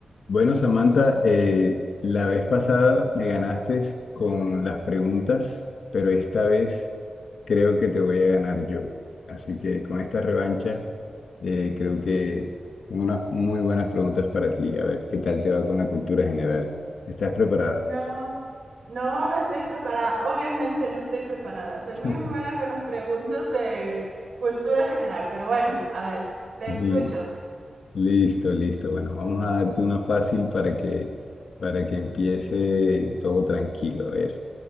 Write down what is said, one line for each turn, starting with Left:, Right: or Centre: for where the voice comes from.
Left: Bueno, Samantha, eh, la vez pasada me ganaste con las preguntas, pero esta vez creo que te voy a ganar yo. Así que con esta revancha, eh, creo que tengo unas muy buenas preguntas para ti. A ver qué tal te va con la cultura general. ¿Estás preparada?
Right: No, no, no estoy preparada. Obviamente no estoy preparada. Soy muy
Left: <laughs>
Right: mala con las preguntas de cultura general, pero bueno, a ver, te
Left: L-
Right: escucho.
Left: Listo, listo. Bueno, vamos a darte una fácil para que, para que empiece todo tranquilo. A ver,